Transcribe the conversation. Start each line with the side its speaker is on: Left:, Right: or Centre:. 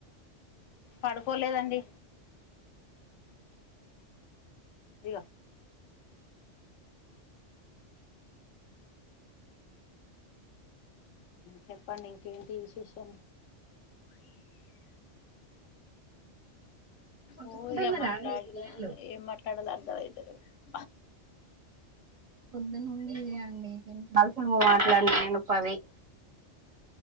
Left: పడుకోలేదండి ఇగా చెప్పండి ఇంకేంటి విశేషం
Right: కొట్టుకుంటున్నారా
Left: పో ఇగా మాట్లాడ
Right: అండి పిల్లలు
Left: ఏం మాట్లాడలా <unintelligible>
Right: పొద్దు నుండి ఇదే అండి దీనికి మాట్లాడినా నేను పది